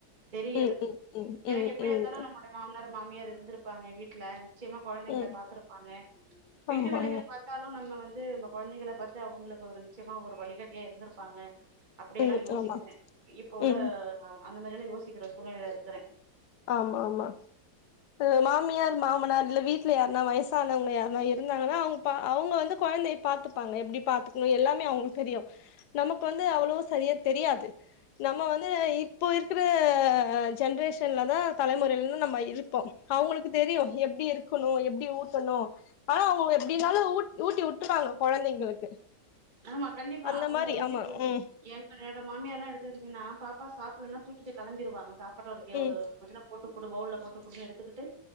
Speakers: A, on the right; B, on the left.
A: தெரியல
B: ம் ம் ம்
A: ஏன்னா
B: ம்
A: எப்படியா
B: ம்
A: இருந்தாலு நம்முடைய மாமனார மாமியார் இருந்திருப்பாங்க வீட்ல நிச்சயமா குழந்தைங்கள
B: ம்
A: பாார்த்திருப்பாங்க வீட்டு
B: ஆமா
A: வேலைகள் பாத் தாலு நம்ம வந்து நம்ம குழந்தைகள பார்த்து அவங்களுக்கு ஒரு நிச்சயமா ஒரு வழிகாட்டியா இருந்திருப்பாங்க அப்டி எல்லா
B: ம்
A: யோசிக்கிறே
B: ஆமா ஆமா
A: இப்ப உள்ள
B: ம் ஆமா ம்
A: அந்த மாதிரி எல்லா யோசிக்கிற சூழ்நிலைலா இருக்கிறே
B: ஆமா ஆமா இது மாமியார் மாமனார் இல்ல வீட்டல யாருனா வயசானவங்க யாருனா இருந்தாங்கன்னா அவ்ங் பா அவங்க வந்து குழந்தைய பாத்துப்பாங்க எப்டி பாத்துக்கணு எல்லாமே அவங்களுக்கு தெரியு நமக்கு வந்து அவ்ளோ சரியா தெரியாது நம்ம வந்து இப்போ இருக்கிற ஜென்ரேஷன் என்ன தா தலைமுறில நம்ம இருப்போ அவங்களுக்கு தெரியு எப்படி இருக்கணு எப்டி ஊத்தணு ஆனா அவங்க எப்படினாலு ஊட் ஊட்டி உட்ருவாங்க கொழந்தைங்களுக்கு
A: ஆமா கண்டிப்பா
B: அந்த
A: அவங்க
B: மாரி
A: வந்து
B: ஆமா
A: இப்ப
B: ம்
A: ஏங்க என்னோட மாமியால்லா எடுத்துகிட்டீங்கன்னா பாப்பா சாப்பிடலன்னா தூக்கிட்டு கெளம்பிருவாங்க சாப்பட்ற வரைக்கு
B: ம்
A: ஒரு பாத்தீங்கன்னா போட்டு குடு பவுள்ள போட்டு கூடுன்னு எடுத்துக்கிட்டு